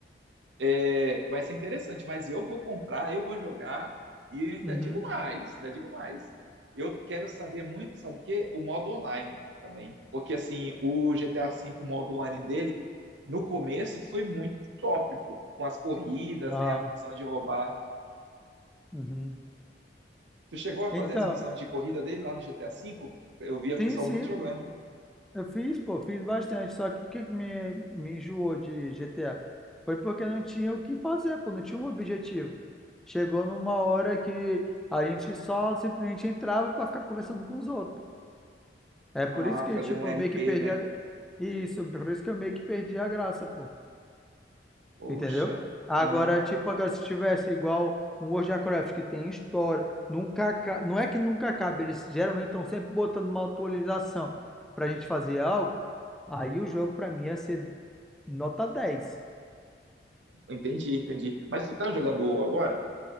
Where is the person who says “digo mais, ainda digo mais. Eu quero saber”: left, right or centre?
Right